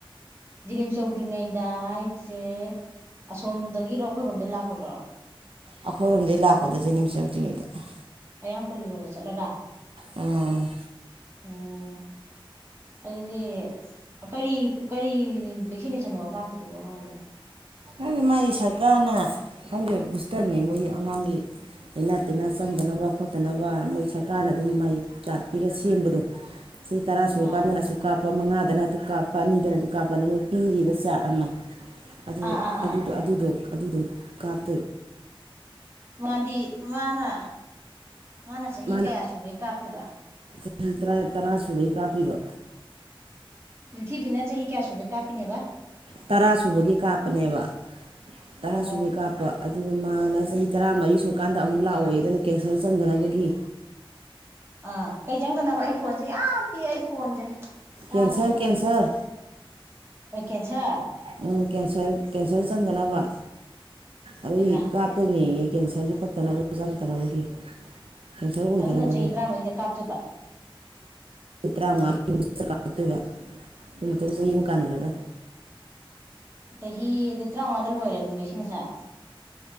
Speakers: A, on the right; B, on the right.
A: ꯖꯤꯔꯤꯝ ꯆꯧꯗ꯭ꯔꯤꯉꯩꯗ ꯍꯥꯏꯁꯦ ꯑꯁꯣꯝꯗꯒꯤꯔꯣ ꯑꯩꯈꯣꯏꯔꯣꯝꯗꯒꯤꯩ ꯂꯥꯛꯄꯗ꯭ꯔꯣ
B: ꯑꯩꯈꯣꯏꯔꯣꯝꯗꯒꯤꯩ ꯂꯥꯛꯄꯗ ꯖꯦꯅꯤꯝꯁ ꯌꯧꯗ꯭ꯔꯤꯉꯩꯗ
A: ꯑꯌꯥꯡ ꯄꯜꯂꯤꯔꯣꯝꯗ ꯆꯠꯂꯒ
B: ꯎꯝ
A: ꯑꯣ ꯑꯗꯨꯗꯤ ꯀꯔꯤ ꯀꯔꯤ ꯚꯦꯛꯁꯤꯅꯦꯁꯟ ꯑꯃꯣ ꯀꯥꯞꯄꯤꯗꯨꯕꯣ ꯑꯉꯥꯡꯗꯣ
B: ꯑꯩ ꯃꯥꯒꯤ ꯁꯔꯀꯥꯔꯅ ꯈꯪꯗꯦ ꯕꯨꯁꯇꯔꯅꯤ ꯃꯣꯏꯒꯤ ꯑꯉꯥꯡꯒꯤ ꯂꯩꯅꯥ ꯇꯤꯟꯅꯥ ꯆꯪꯗꯅꯕ ꯈꯣꯠꯇꯅꯕ ꯃꯣꯏ ꯁꯔꯀꯥꯔꯅ ꯑꯗꯨꯝ ꯃꯥꯏ ꯆꯥꯠꯄꯤꯔ ꯁꯦꯝꯕꯗꯣ ꯆꯍꯤ ꯇꯔꯥ ꯁꯨꯔꯀꯥꯟꯗ
A: ꯑꯥ
B: ꯑꯁꯨꯛ ꯀꯥꯞꯄ ꯀꯞꯄ ꯃꯉꯥꯗꯅ ꯑꯗꯨ ꯀꯥꯞꯄ ꯑꯅꯤꯗꯅ ꯑꯗꯨ ꯀꯥꯞꯄꯅ ꯃꯣꯏ ꯄꯤꯔꯤꯕ ꯆꯥꯔꯠ ꯑꯃ ꯑꯗꯨ
A: ꯑꯥ ꯑꯥ ꯑꯥ
B: ꯑꯗꯨꯗꯣ ꯑꯗꯨꯗꯣ ꯑꯗꯨꯗꯣ ꯀꯥꯞ
A: ꯃꯥꯗꯤ ꯃꯥꯅꯥ ꯃꯥꯅꯥ ꯆꯍꯤ
B: ꯃꯥꯅ
A: ꯀꯌꯥ ꯁꯨꯕꯩ ꯀꯥꯞꯄꯤꯕ
B: ꯆꯍꯤ ꯇꯔꯥ ꯇꯔꯥ ꯁꯨꯕꯩ ꯀꯥꯞꯄꯤꯕ
A: ꯅꯤꯡꯊꯤꯕꯤꯅ ꯆꯍꯤ ꯀꯌꯥ ꯁꯨꯕꯩ ꯀꯥꯞꯄꯤꯅꯦꯕ
B: ꯇꯔꯥ ꯁꯨꯕꯒꯤ ꯀꯥꯞꯄꯅꯦꯕ ꯇꯔꯥ
A: ꯑꯣ
B: ꯁꯨꯕꯒꯤ ꯀꯥꯞꯄ ꯑꯗꯨꯒ ꯃꯥꯅ ꯆꯍꯤ ꯇꯔꯥꯃꯔꯤ ꯁꯨꯔꯀꯥꯟꯗ ꯑꯃꯨꯛ ꯂꯥꯛꯑꯣꯌꯦ ꯑꯗꯨꯅ ꯀꯦꯟꯁꯔ ꯆꯪꯗꯅꯕꯒꯤ
A: ꯑꯥ ꯀꯩ ꯆꯪꯗꯅꯕ ꯑꯩ ꯐꯣꯟꯁꯦ ꯌꯥꯝ ꯄꯤꯛꯑ ꯑꯩ ꯐꯣꯟꯁꯦ ꯇꯥꯗ꯭ꯔꯦ
B: ꯀꯦꯟꯁꯔ ꯀꯦꯟꯁꯔ
A: ꯑꯣꯏꯀꯦꯟꯁꯔ
B: ꯎꯝ ꯀꯦꯟꯁꯔ ꯀꯦꯟꯁꯔ ꯆꯪꯗꯅꯕ ꯑꯗ
A: ꯏꯃꯥ
B: ꯀꯥꯄꯅꯤꯌꯦ ꯀꯦꯟꯁꯔꯒꯤ ꯄꯛꯇꯅꯕꯒꯤ ꯆꯪꯗꯅꯕꯒꯤ ꯀꯦꯟꯁꯔ ꯑꯣꯏꯗꯅꯕꯒꯤ
A: ꯑꯗꯨꯅ ꯆꯍꯤ ꯇꯔꯥꯃꯔꯤꯗ ꯀꯥꯞꯇꯣꯏꯕ
B: ꯇꯔꯥꯃꯉꯥ ꯀꯥꯔꯛꯇꯣꯏꯕ ꯑꯗꯨꯨꯝ ꯃꯇꯨꯡ ꯆꯍꯤ ꯑꯍꯨꯝ ꯀꯥꯟꯅꯔꯒ
A: ꯆꯍꯤꯍꯤ ꯇꯔꯥ ꯃꯉꯥꯗꯥ ꯂꯣꯏꯔꯦ ꯑꯗꯨꯗꯤ ꯕꯁꯤꯅꯁꯟ